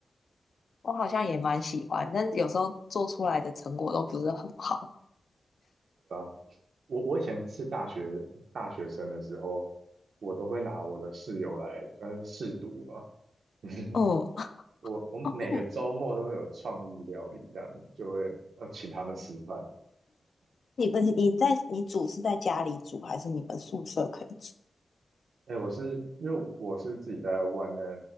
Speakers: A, on the left; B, on the right.
A: 我好像也蛮喜欢，但是有时候做出来的成果都不是很好。
B: 啊。我我以前是大学大学生的时候，我都会拿我的室友来算是试毒吧。<laughs>
A: 嗯，
B: 我我每个周末都会有创意料理，
A: 哦，那
B: 这样子就会呃请他们吃饭。
A: 你们你们你在你煮是在家里煮，还是你们宿舍可以煮？
B: 哎，我是因为我是自己在外面